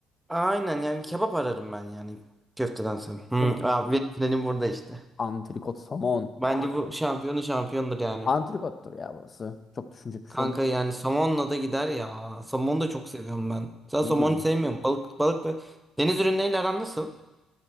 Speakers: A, in the centre; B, on the left.
A: aynen yani bir kebap ararım ben yani köftedense. Hmm,
B: Değil mi?
A: abi finalim burada işte.
B: Antrikot somon.
A: Bence
B: A-
A: bu şampiyonu şampiyondur yani.
B: Antrikottur ya burası. Çok düşünecek bir
A: Kanka
B: şey oldu.
A: yani somonla da gider ya. Somonu da çok seviyorum ben. Sen
B: Ne
A: somonu
B: diyorsun?
A: sevmiyorum. Balık balık ve deniz ürünleriyle aran nasıl?